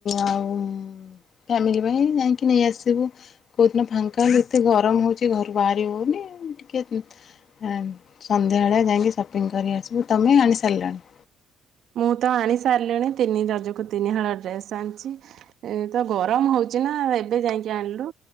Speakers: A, on the left (about 55°); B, on the right (about 65°).
A: ଆଉ ଫ୍ୟାମିଲି ପାଇଁ ଯାଇଁକି ନେଇ ଆସିବୁ। କୋଉଦିନ ଫାଙ୍କା ଯେତେ ଗରମ ହୋଉଛି ଘରୁ ବାହାରି ହଉନି। ଟିକେ ଆଁ ସନ୍ଧ୍ୟାବେଳେ ଯାଇଁକି ସପିଙ୍ଗ୍ କରି ଆସିବୁ ତମେ ଆଣି ସାରିଲଣି।
B: ମୁଁ ତ ଆଣି ସାରଲିଣି ତିନି ରଜକୁ ତିନି ହଳ ଡ୍ରେସ୍ ଆନଚି। ଏ ତ ଗରମ ହଉଚି ନା ଏବେ ଯାଇକି ଆଣିଲୁ।